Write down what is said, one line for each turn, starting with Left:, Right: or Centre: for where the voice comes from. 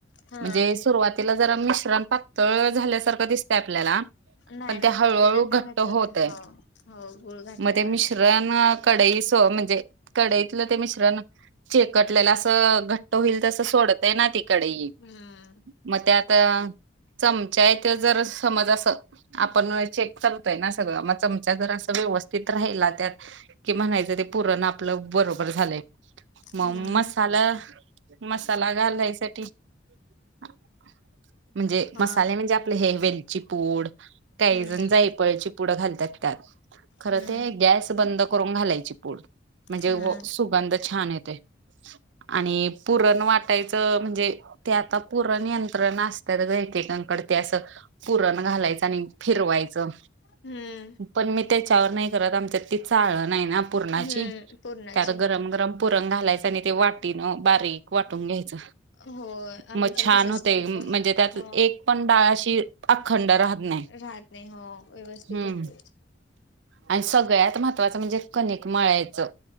Left: हा
Right: म्हणजे सुरुवातीला जरा मिश्रण पातळ झाल्यासारखं दिसतंय आपल्याला
Left: नाही
Right: पण
Left: नाही
Right: ते हळूहळू
Left: नंतर
Right: घट्ट होतंय,
Left: होते हो हो गुळ घातल्यावर.
Right: मग ते मिश्रण कढई सौ म्हणजे, कढईतलं ते मिश्रण चिकटलेलं असं घट्ट होईल तसं, ते सोडतोय ना ती कडई,
Left: हम्म
Right: मग त्यात चमच्या आहे तो जरा समज असं आपण चेक करतोय ना सगळं मग. चमचा जर असं व्यवस्थित राहिला त्यात, की म्हणायचं ते पूरन आपलं बरोबर झालंय, मग
Left: हम्म
Right: मसाला मसाला घालायसाठी हा. म्हणजे
Left: हा
Right: मसाले म्हणजे, आपले हे वेलची पूड काही
Left: हम्म
Right: जण जायफळची पुड घालतात त्यात. खरं
Left: हम्म
Right: ते गॅस बंद करून घालायची पूड म्हणजे
Left: हम्म
Right: सुगंध छान येतंय. आणि पुरण वाटायचं म्हणजे ते आता पूरण नियंत्रण असतात बहुतेकांकडे ते असं पुरण घालायचं आणि फिरवायचं.
Left: हम्म.
Right: पण मी त्याच्यावर नाही करत आमच्या ते चाळण आहे ना पुरणाची,
Left: हम्म पूर्णाची
Right: त्यात
Left: हो
Right: गरम गरम पुरण घालायच आणि ते वाटीन बारीक वाटून घ्यायचं.
Left: होय आम्ही
Right: मग
Left: पण
Right: छान
Left: तसच
Right: होते,
Left: करतो.
Right: म्हणजे त्यात
Left: हो.
Right: एक पण डाळ अशी अखंड राहत नाही.
Left: राहत नाही हो, व्यवस्थित
Right: हम्म
Left: होते.
Right: आणि सगळ्यात महत्त्वाचं म्हणजे कणिक मळायचं,